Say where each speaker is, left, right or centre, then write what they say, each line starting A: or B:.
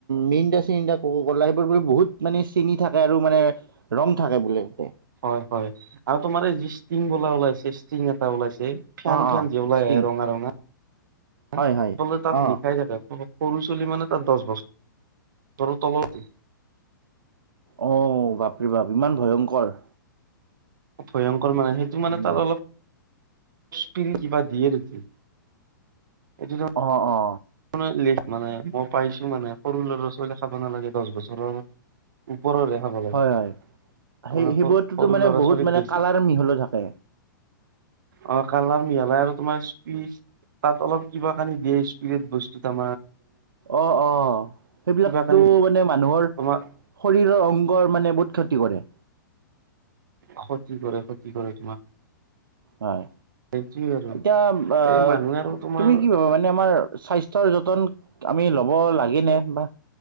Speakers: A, on the right; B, on the right.
A: মেইডা চিৰিডা গলা সেইবোৰ বো বহুত মানে চিনি থাকে আৰু মানে। ৰং থাকে বোলে তাতে
B: হয় হয় আৰু, তোমাৰ এই য। বল ওাইছে ষ্টিনং এটা ওলাইছে। এই ফেন
A: অ',
B: ফেন
A: অ',
B: যিও লাগ
A: ষ্টিং
B: ৰঙা ৰঙা। আচললে
A: হয়, হয়।
B: তাত
A: অ',
B: লিখাই থাকে। সৰু চলি মানে তাত দহ বছৰ, তলতে।
A: অ বাপৰি বাপ ইমান ভয়ংকৰ।
B: সয়। মানে সেইটো মানে
A: উম,
B: তাৰ অলপ। পিল ক বা দিয়ে নেকি। এইটো
A: অ অ।
B: মানে মানে মই পাইছো মানে সৰু লৰা ছোৱালী খাব নালাগে। দহ বছৰৰ ওপৰৰে খাব লাগে।
A: হয়, হয়
B: তাৰে
A: সেই সেইবোৰতোতো
B: সৰু সৰু
A: মানে
B: ল'ৰা
A: বহুত
B: ছোৱালীক
A: মানে
B: বেছি
A: কালাৰ মিহলি থাকে।
B: অ কালাৰ মিহেলাই আৰু তোমাৰ স্পিচ তাত অলপ কিবা কানি দিয়ে বিধ বস্তু তাৰ
A: অহ - অহ সেইবিলাকতো
B: কানি
A: মানে মানুহৰ
B: তোমাক
A: শৰীৰৰ অংগৰ মানে বহুত ক্ষতি কৰে।
B: ক্ষতি কৰে -ক্ষতি কৰে তোমাক।
A: হয়,
B: সেইটোয়ে আৰু
A: এতিয়া বা-হ
B: এই মানুহে আৰু তোমাৰ
A: তুমি কি ভাবা মানে আমাৰ স্বাস্থ্যৰ যতন আমি ল'ব লাগেনে? বা